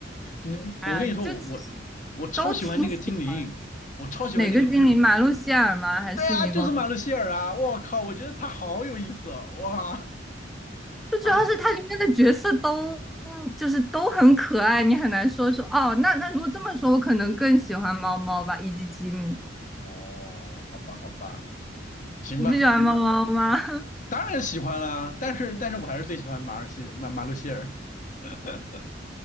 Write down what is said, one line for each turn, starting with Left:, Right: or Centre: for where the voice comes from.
Left: 你我跟你说，
Centre: 哎呀，就其实
Left: 我我我超喜欢那个精灵，
Centre: 都挺喜欢。
Left: 我超喜欢那个精灵。
Centre: 哪个精灵？马路希尔吗？还是迷宫？
Left: 对啊，就是马路希尔啊！我靠，我觉得他好有意思哦，哇！
Centre: 就主要是它里面的角色都
Left: 哎，
Centre: 就是都很可爱，你很难说说哦。那那如果这么说，我可能更喜欢猫猫吧，以及吉米。
Left: 哦，好吧好吧，行吧。
Centre: 你不喜欢猫猫吗？<laughs>
Left: 当然喜欢啦，但是但是我还是最喜欢马尔西马马路希尔。<laughs>